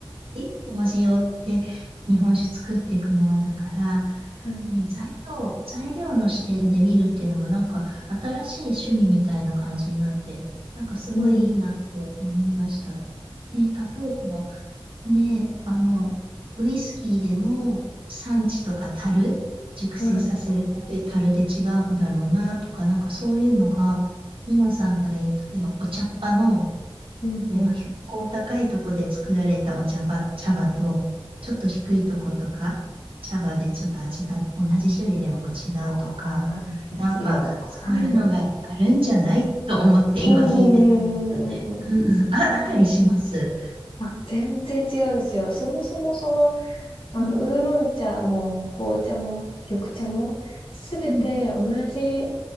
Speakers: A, on the right; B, on the left.
A: で、麹をって日本酒作っていくものだから、
B: はい、
A: ね、材料、材料の視点で見るっていうのもなんか新しい趣味みたいな感じになって、なんかすごいいいなって思いました。
B: うん、
A: で、例えば、ねえ、あの、ウイスキーでも産地とか樽、熟成させるたて樽で違うんだろうなとか、
B: はい、
A: なんかそういうのが、ミノさんが言う、例えばお茶っ葉の、
B: うん、
A: 例えば標高高いとこで作られたお茶葉、
B: うん。
A: 茶葉と、ちょっと低いとことか、茶葉でちょっと味が同じ種類でも違うとか、
B: そうなんですよ。
A: なんかそういうのがあるんじゃないと思って今聞いてたんですよね。
B: はい。うん、うん、うん、うん、うん。うん
A: うん、あ、あったりします。
B: いや、あ、全然違うんですよ。そもそもその、あの、
A: うん、
B: ウーロン茶も紅茶も緑茶もすべて同じ
A: うん。